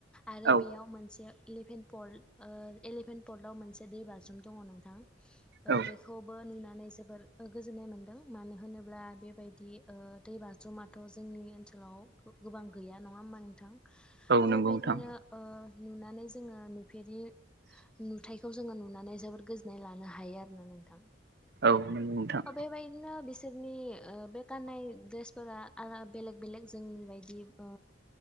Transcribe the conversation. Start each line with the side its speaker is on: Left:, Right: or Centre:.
Centre: आरो
Right: औ
Centre: बेयाव मोनसे इलिभेन पल उह इलिभेन पलटआव मोनसे दै बाज्रुम दङ नोंथां। उह
Right: औ
Centre: बेखौबो नुनानै जोबोर गोजोननाय मोन्दों मानो होनोब्ला बेबायदि उह दै बाज्रुमाथ' जोंनि ओनसोलाव गोबां गैया नङा होमबा नोंथां
Right: औ
Centre: बेबायदिनो
Right: नंगौ नोंथां
Centre: ओह नुनानै जोङो नुफेरि नुथायखौ जोङो नुनानै जोबोद गोजोननाय लानो हायो आरो नोंथां
Right: औ नंगौ नोंथां
Centre: बेबायदिनो बिसोरनि बे गाननाय द्रेसफोरा बेलेग बेलेग जोंनि बायदि ओ